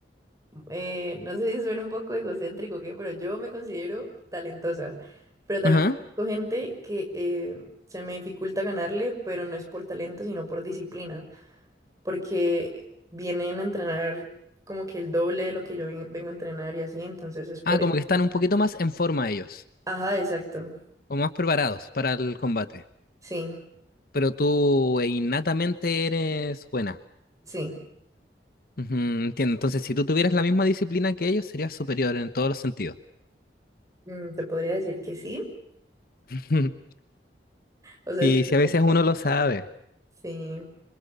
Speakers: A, on the right; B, on the left.
A: eh, no sé si suena un poco egocéntrico, ¿qué? Pero yo me considero talentosa, pero también
B: Ajá.
A: conozco gente que eh, se me dificulta ganarle, pero no es por talento, sino por disciplina, porque vienen a entrenar como que el doble de lo que yo ven- vengo a entrenar y así, entonces es por...
B: Ah, como
A: eso.
B: que están un poquito más en forma ellos,
A: Ajá, exacto.
B: o más preparados para el combate.
A: Sí,
B: Pero tú eh, innatamente eres buena.
A: sí,
B: Ujú, entiendo. Entonces, si tú tuvieras la misma disciplina que ellos, serías superior en todos los sentidos.
A: mm, se podría decir que sí.
B: <laughs>
A: O sea,
B: Y
A: sí, te
B: si
A: puedo
B: a veces
A: ponerlo.
B: uno lo sabe.
A: sí,